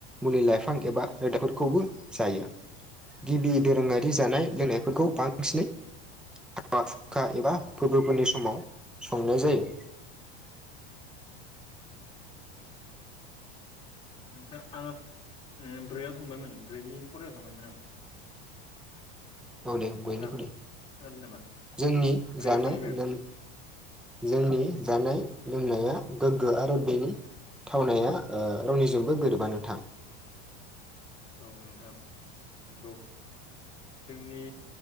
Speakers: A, in the centre; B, on the left.
A: मुलि लाइफां एबा रोदा खौबो जायो, गिबि दोरोङारि जानाय लोंनायफोरखौ बांसिनै हाखा फुाखा एबा फोरबोफोरनि समाव संनाय जायो।
B: नोंथाङा आङो ब्रैयाव थांबायमोन ब्रैनि फरायाव थांबायमोन आं।
A: औ दे
B: आं
A: बयनिखौ
B: नोंथां
A: दे,
B: खोनादों नामा
A: जोंनि
B: ब्रैयाव
A: जानाय
B: मोनहैबाय
A: लों जोंनि जानाय लोंनाया गोग्गो आरो बेनि थावनाया रावनिजोंबो गोरोबा नोथां।
B: औ नोंथां नंगौ जोंनि